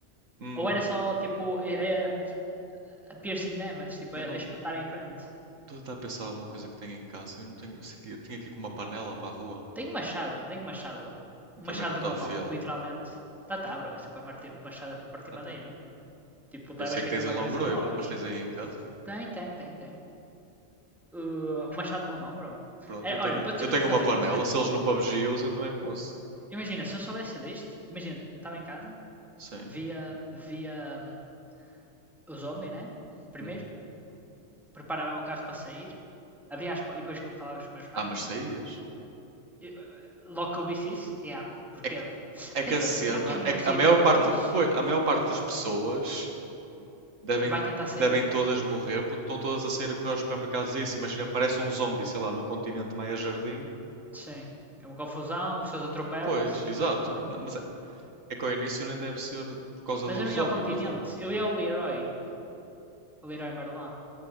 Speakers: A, on the right; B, in the centre.
A: Hum,
B: Ou era só tipo é, é, a piercing damage, tipo
A: eu
B: a,
A: não.
B: a espetar em frente.
A: Estou a tentar pensar alguma coisa que tenha em casa. Eu não tenho. Eu tinha aqui com uma panela para a rua.
B: Tenho um machado, tenho um machado, bro. Um
A: Também
B: machado
A: não está
B: de uma
A: afiada.
B: mão, literalmente. Tá, tá, bro, isso é para martir, machado é para partir
A: Ah
B: madeira.
A: tá.
B: não Tipo,
A: Eu
B: levas
A: sei que
B: com aquilo
A: tens aí
B: na
A: longoroiva,
B: cabeça e morres.
A: mas tens aí em casa.
B: Tem, tem, tem, tem. uh, um machado numa mão, bro.
A: Pronto,
B: Era,
A: eu tenho,
B: olha, vou dizer
A: eu
B: o que
A: tenho
B: é que eu fazia.
A: uma panela.
B: Vou fazer. Vou-te
A: Se
B: dizer...
A: eles no PUBG usam, eu também posso.
B: Imagina, se eu soubesse deste, imagina, eu estava em casa,
A: Sim.
B: via, via hum, os homens, né? Primeiro,
A: Uhum.
B: preparava o carro para sair, abria as po- e depois que eu falava com os meus pais,
A: Ah, mas
B: né?
A: saías.
B: E, uh, logo que eu visse isso, yeah. Porque,
A: É que, é
B: quer
A: que
B: dizer,
A: a cena.
B: será que é melhor
A: É que
B: sair
A: a maior
B: depois?
A: parte. Pois, a maior parte das pessoas devem,
B: Vai tentar sair.
A: devem todas morrer porque estão todas a sair a correr aos supermercados e isso. Imagina, parece um zombie,
B: Hum,
A: sei lá, no continente Maia Jardim.
B: sim. É uma confusão, as pessoas atropelam-se,
A: Pois,
B: as
A: exato.
B: pessoas morrem.
A: Ma- Mas é é que ao início nem deve ser por causa
B: Mas
A: do
B: eu não
A: zombie,
B: ia ao continente,
A: mas é.
B: eu ia ao Leroy, ao Leroy Merlin.